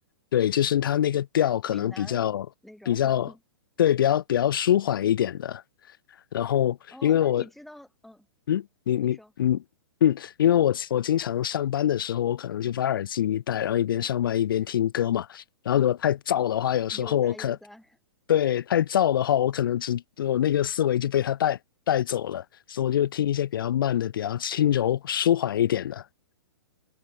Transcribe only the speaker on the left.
对，就是它那个调可能比较比较对，
比较比较舒缓一点的。然后因为我
嗯，你你嗯嗯，
因为我我经常上班的时候，我可能就把耳机一戴，然后一边上班一边听歌嘛。然后如果太燥的话，有时候我可
对，太燥的话，我可能只我那个思维就被它带带走了，所以我就听一些比较慢的、比较轻柔、舒缓一点的。